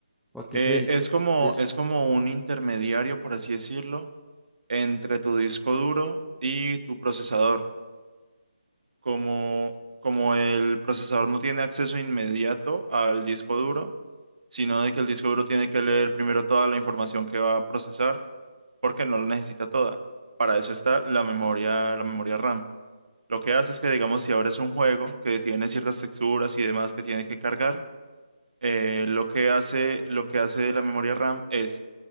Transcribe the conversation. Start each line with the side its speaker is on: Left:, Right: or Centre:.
Centre: ¿O a qué
Right: Eh,
Centre: se dedica
Right: es como,
Centre: eso?
Right: es como un intermediario, por así decirlo, entre tu disco duro y tu procesador. Como, como el procesador no tiene acceso inmediato al disco duro, sino de que el disco duro tiene que leer primero toda la información que va a procesar porque no la necesita toda. Para eso está la memoria, la memoria RAM. Lo que hace es que, digamos, si ahora es un juego que tiene ciertas texturas y demás que tiene que cargar, eh, lo que hace, lo que hace la memoria RAM es